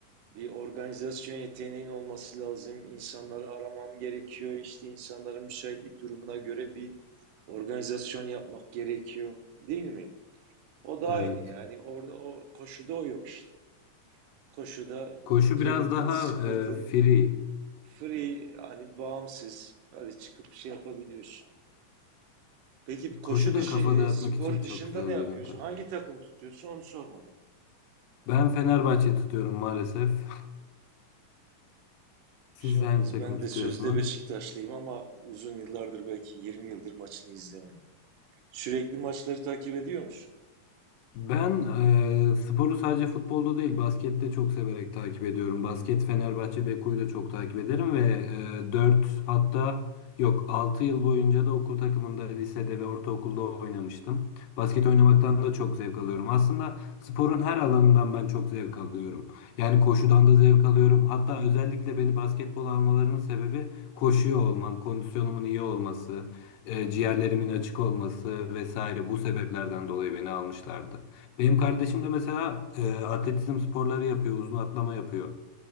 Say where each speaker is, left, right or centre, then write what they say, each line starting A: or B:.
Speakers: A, on the right; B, on the left.
A: Bir organizasyon yeteneğin olması lazım. İnsanları araman gerekiyor. İşte insanların müsaitlik durumuna göre bir organizasyon yapmak gerekiyor. Değil mi? O da
B: Evet.
A: aynı yani orada o koşuda o yok işte. Koşuda
B: Koşu
A: gerildin,
B: biraz daha
A: sıkıldın.
B: e, free.
A: Free hani bağımsız öyle çıkıp şey yapabiliyorsun. Peki koşu
B: Koşu da
A: dışı
B: kafa
A: e,
B: dağıtmak
A: spor
B: için çok
A: dışında
B: güzel
A: ne yapıyorsun?
B: bir yöntem.
A: Hangi takımı tutuyorsun onu sormadım.
B: Ben Fenerbahçe tutuyorum maalesef. <laughs> Siz
A: Bir şey olmaz.
B: hangi takımı
A: Ben
B: tutuyorsunuz?
A: de sözde Beşiktaşlıyım ama uzun yıllardır belki 20 yıldır maçını izlemedim. Sürekli maçları takip ediyor musun?
B: Ben eee, sporu sadece futbolda değil baskette çok severek takip ediyorum. Basket Fenerbahçe Beko'yu da çok takip ederim ve e, dört hatta yok 6 yıl boyunca da okul takımında lisede ve ortaokulda oynamıştım. Basket oynamaktan da çok zevk alıyorum. Aslında sporun her alanından ben çok zevk alıyorum. Yani koşudan da zevk alıyorum. Hatta özellikle beni basketbola almalarının sebebi koşuyor olmam, kondisyonumun iyi olması, eee, ciğerlerimin açık olması vesaire bu sebeplerden dolayı beni almışlardı. Benim kardeşim de mesela e, atletizm sporları yapıyor, uzun atlama yapıyor.